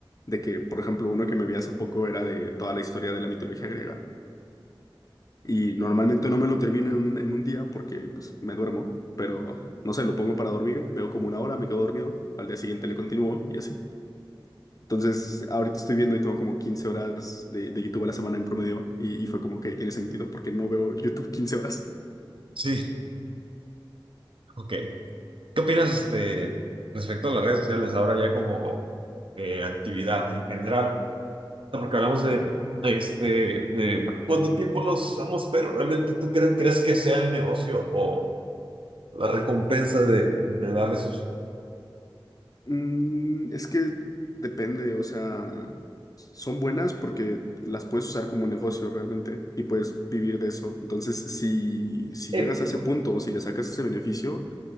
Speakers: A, on the left; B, on the right.
A: De que, por ejemplo, uno que me vi hace poco era de toda la historia de la mitología griega. Y normalmente no me lo termino en un, en un día porque pues me duermo, pero no sé, lo pongo para dormir, veo como una hora, me quedo dormido, al día siguiente le continúo y así. Entonces, ahorita estoy viendo y tengo como 15 horas de, de YouTube a la semana en promedio y, y fue como que "Ok, tiene sentido porque no veo YouTube quince horas.
B: Sí, ok. ¿Qué opinas, este, respecto a las redes sociales ahora ya como eh, actividad en general? pues? O sea, Porque hablamos de, de este, de cuánto tiempo los usamos, pero realmente tú crees, crees que sea el negocio o la recompensa de, de darles uso.
A: Mm, es que depende, o sea, son buenas porque las puedes usar como negocio realmente y puedes vivir de eso. Entonces, si, si
B: Eh,
A: llegas
B: pero,
A: a ese punto o si le sacas ese beneficio,